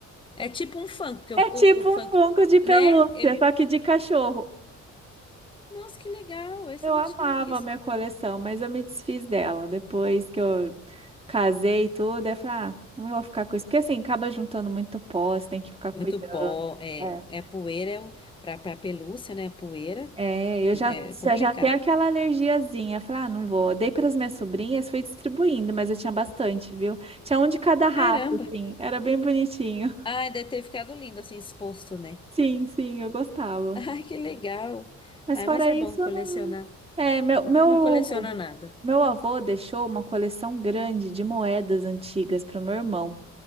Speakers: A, on the left (about 15°); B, on the right (about 20°).
A: É tipo um funk, porque
B: É
A: o,
B: tipo
A: o, o funk,
B: um Funko de pelúcia,
A: né? Ele.
B: só que de cachorro.
A: Nossa, que legal! Esse
B: Eu
A: eu
B: amava
A: não tinha visto.
B: a minha coleção, mas eu me desfiz dela depois que eu casei e tudo. Eu falei, ah, não vou ficar com isso, porque assim acaba juntando muito pó, você tem que ficar
A: Muito
B: cuidando.
A: pó, é,
B: É.
A: é poeira, é o, pra, pra pelúcia, né? Poeira,
B: É, eu já,
A: é complicado.
B: eu já tenho aquela alergiazinha. Falei, ah, não vou. Dei para as minhas sobrinhas, fui distribuindo, mas eu tinha bastante, viu? Tinha um de cada raça,
A: Caramba!
B: assim. Era bem bonitinho. <laughs>
A: Ai, deve ter ficado lindo assim, exposto, né?
B: Sim, sim, eu gostava.
A: <laughs> Ai, que legal!
B: Mas
A: Ai,
B: fora
A: mas é
B: isso,
A: bom colecionar.
B: eu não. É, meu, meu,
A: Não coleciona nada.
B: meu avô deixou uma coleção grande de moedas antigas para o meu irmão.